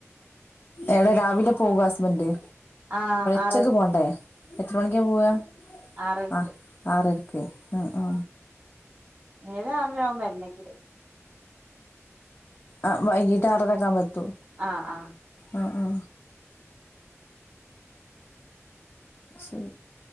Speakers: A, on the left; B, on the right.
A: എടെ രാവിലെ പോകും ഹസ്ബന്ഡ്
B: ആഹ ആ
A: ഉച്ചയ്ക്ക് പോകണ്ടേ എത്ര മണിക്കാണ് പോവുക
B: ആറരക്ക്
A: ആ ആറരക്ക് ഓക്കെ ആ ആ
B: നേരെ അറവുമ്പരുന്നെങ്കില്
A: ആ വൈകീട്ട് ആറരക്കെ ആവ പത്തൂ
B: ആഹ ആഹ
A: ആ ആ ശരി